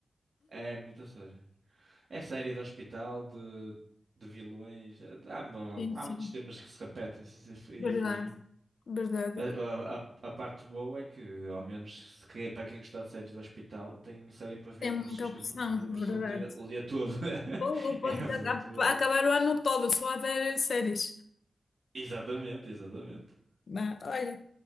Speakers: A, on the right; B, on the left.
A: É muito a sério. É série de hospital, de, de vilões, eh, há, mu-
B: Sim,
A: há
B: sim.
A: muitos temas que se repetem, sim- sim,
B: Verdade,
A: infelizmente.
B: verdade.
A: A, a- a- a parte boa é que, ao menos, se quer- para quem gostar de séries do hospital, tem série para ver
B: Tem muita
A: nos seus
B: opção,
A: tempos livres
B: verdade.
A: o dia, o dia todo. <laughs>
B: Ou pode
A: É muito
B: aca-
A: verdade.
B: acabar o ano todo só a ver séries.
A: Exatamente, exatamente.
B: Mas, olha,